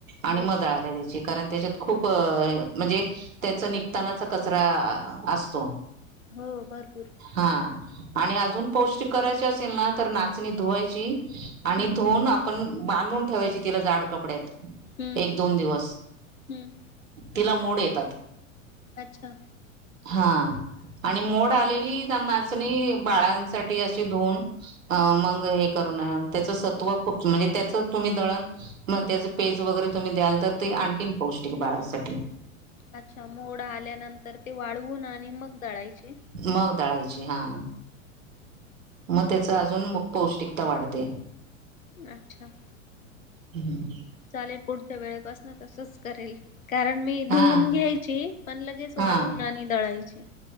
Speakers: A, on the right; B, on the left.
A: आणि
B: ह
A: म दळायला द्यायचीं. कारण त्याच्यात खूप, म्हणजे त्याचा निघतानाचा कचरा आ आसतो.
B: हो भरपूर
A: हा, आणि अजून पौष्टिक करायचे अस असतील ना, तर नाचणी धुवायची आणि
B: हम्म
A: धुऊन आपण बांधून ठेवायची. तिला जाड कपड्यात.
B: हम्म
A: एक दोन दिवस,
B: हम्म
A: तिला मोड येतात.
B: अच्छा.
A: हा आणि मोड आलेली नाचणी बाळांसाठी अशी धुऊन. अ मंग हे करुन त्याच सत्व खूप म्हणजे त्याच तुम्ही दळण, म त्याज पेज वगैरे तुम्ही द्याल तर ते आणखीन पौष्टिक बाळासाठी.
B: अच्छा मोड आल्यानंतर ते वाळवून आणि मग दळायचे
A: मग दळायची हा. मग त्याचं अजून मग पौष्टिकता वाढते.
B: अच्छा.
A: हूं हूं.
B: चालेल पुढच्या वेळेपासन तसच करेल कारण मी
A: हा
B: धुवून घ्यायची पण लगेच वाळवून
A: हा
B: आणि दळायची.